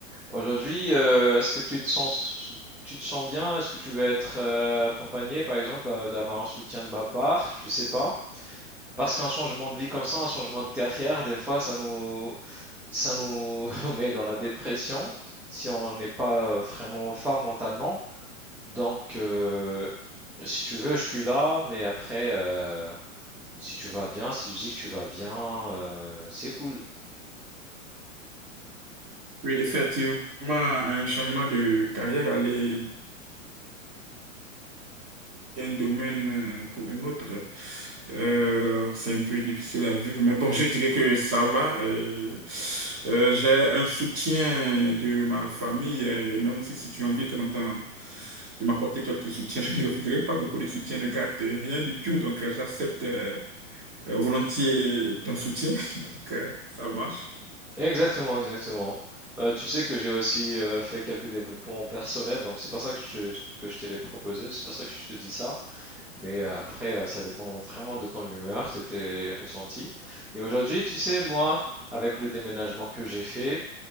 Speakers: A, in the centre; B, on the right.
A: Aujourd'hui, euh, est-ce que tu te sens, tu te sens bien? Est-ce que tu veux être euh, accompagné, par exemple, euh, d'avoir un soutien de ma part? Je sais pas. Parce qu'un changement de vie comme ça, un changement de carrière, des fois, ça nous, ça nous <laughs> met dans la dépression si on n'est pas vraiment fort mentalement. Donc, euh, si tu veux, je suis là, mais après, euh, si tu vas bien, si tu dis que tu vas bien, euh, c'est cool.
B: Oui, effectivement, un changement de carrière allait d'un domaine euh, pour un autre, euh, c'est un peu difficile à vivre. Mais bon, je dirais que ça va. euh, euh, j'ai un soutien de ma famille euh, et même aussi si tu as envie de temps en temps de m'apporter quelques soutiens, je ne refuserai pas beaucoup de soutien de garde, euh, rien du tout. Donc, euh, j'accepte euh, euh, volontiers ton soutien. <laughs> Donc, euh, ça marche.
A: Exactement, exactement. Euh, tu sais que j'ai aussi euh, fait quelques développements personnels, donc c'est pas ça que je, que je te les proposé, c'est pas ça que je te dis ça. Mais euh, après, euh, ça dépend vraiment de ton humeur, de tes ressentis. Et aujourd'hui, tu sais, moi, avec le déménagement que j'ai fait,